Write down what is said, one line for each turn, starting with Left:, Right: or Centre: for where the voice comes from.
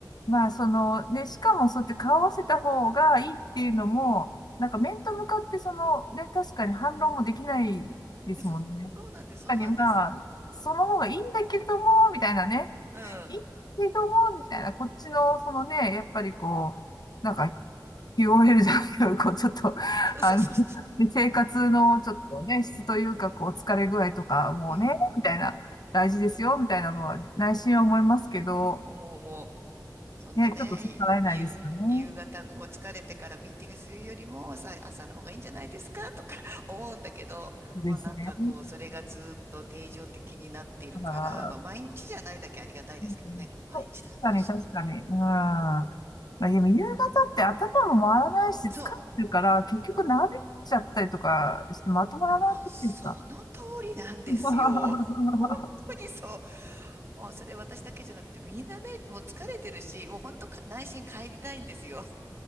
Left: まあ、その、ね、しかもそうやって顔合わせた方がいいっていうのも、なんか面と向かって、その、ね、確かに反論もできないですもんね。
Right: <laughs> そう、そうなんです、
Left: やっ
Right: そうなんです。
Left: ぱりまあ、その方がいいんだけども、みたいなね。
Right: うん。
Left: いいけども、みたいな、こっちの、そのね、やっぱりこう、なんか、QOL じゃないけど、こう、ちょっと、
Right: そうそうそうそ
Left: あの、で生活のちょっとね、質というか、こう、疲れ具合とか、もうね、
Right: う。うん。
Left: みたいな、大事ですよ、みたいなのは、内心は思いますけど、
Right: 思う思う。そんなね、
Left: ね、ちょっと逆らえないですよね。
Right: ゆ、夕方こう疲れてからミーティングするよりもさ、朝の方がいいんじゃないですかとか <laughs> 思うんだけど、
Left: ですね。
Right: まあなんかこう、それがずっと定常的になっているから、
Left: だから
Right: まあ毎日じゃないだけありがたいですけどね、
Left: うんそう確かに、
Right: これ毎日だったらちょっと。
Left: 確かに。うん。まあ、でも夕方って頭も回らないし、
Right: そ
Left: 疲れてるから、結局長引いちゃったりとかして、まとまらなくないですか
Right: う、もうその通りなんですよ。
Left: <laughs>
Right: <laughs> 本当にそ
Left: で
Right: う。もうそれ私だけじゃなくてみんなね、もう疲れてるし、もう本当か内心帰りたいんですよ。